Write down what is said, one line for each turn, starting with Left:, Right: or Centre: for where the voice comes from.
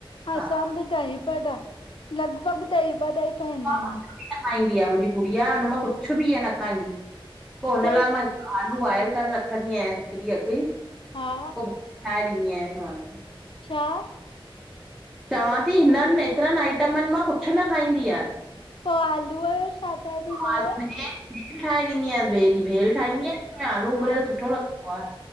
Left: असां
Centre: हा
Left: बि दही बड़ा लॻभॻि ॾही बडा ई ठाहींदा आहियूं।
Centre: कुछ न खाईंदी आहे। मुंहिंजी गुड़िया, हुन मां कुछु बि हीअ न खाईंदी, पो हुन
Left: पोइ
Centre: लाइ मां आलू बॉयल करे रखंदी आहियांसि, हिकु डिअ अॻु ई।
Left: में हा
Centre: पो ठाए ॾींदी आहियांसि मां।
Left: छा?
Centre: चवां थी, हिननि एतिरनि आइटमनि मां कुछु न खाईंदी आ।
Left: पो आलूअ जो छा ठाहे ॾींदा
Centre: आलू
Left: आहियोस?
Centre: भेल <unintelligible> ठाहे ॾींदीआयांस ॿे ॾीहुं भेल ठाहींदी आहियांसि उन्हमें आलू
Left: हा
Centre: उॿरियलु सुठो लॻंदो आ।